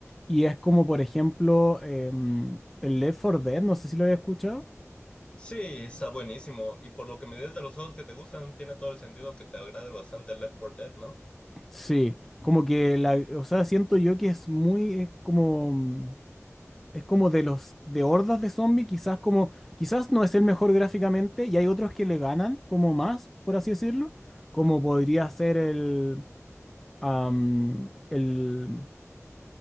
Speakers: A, in the centre; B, on the left.
A: Y es como, por ejemplo, em, el Left 4 Dead, no sé si lo había escuchado.
B: Sí, está buenísimo. Y por lo que me dices de los juegos que te gustan, tiene todo el sentido que te agrade bastante Left 4 Dead, ¿no?
A: Sí, como que la, o sea, siento yo que es muy, es como, mm, es como de los, de hordas de zombies, quizás como, quizás no es el mejor gráficamente y hay otros que le ganan como más, por así decirlo, como podría ser el, am, el,